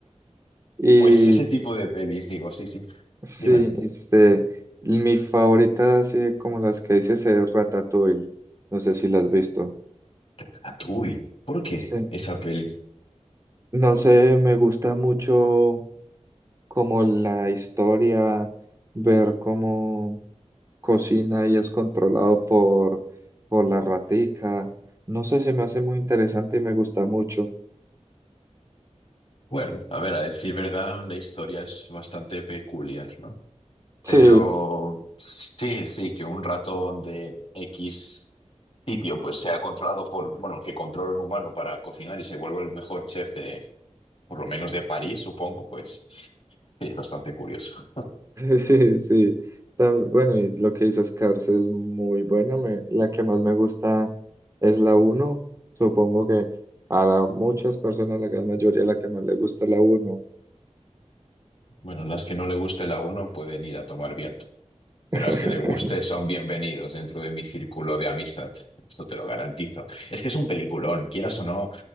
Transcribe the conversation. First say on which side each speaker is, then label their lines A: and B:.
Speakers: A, on the right; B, on the left.
A: Y
B: Pues ese tipo de pelis, digo, sí, sí.
A: sí,
B: Dime.
A: este, mi favorita, así como las que dices, es Ratatouille. No sé si las has visto.
B: Ratatouille. ¿Por qué
A: Sí.
B: esa peli?
A: No sé, me gusta mucho como la historia, ver cómo cocina y es controlado por, por la ratica. No sé, se me hace muy interesante y me gusta mucho.
B: Bueno, a ver, a decir verdad, la historia es bastante peculiar, ¿no?
A: Sí,
B: Pero sí, sí, que un ratón de X sitio pues sea controlado por, bueno, que controla un humano para cocinar y se vuelva el mejor chef de, por lo menos de París, supongo, pues sí, es bastante curioso.
A: <laughs> sí, sí. Tam- Bueno, y lo que dices, Cars es muy buena. me- la que más me gusta es la uno Supongo que a la- muchas personas, la gran mayoría, la que más le gusta es la uno
B: Bueno, las que no le guste la uno pueden ir a tomar viento. Pero
A: <laughs>
B: las que le guste son bienvenidos dentro de mi círculo de amistad. Eso te lo garantizo. Es que es un peliculón, quieras o no,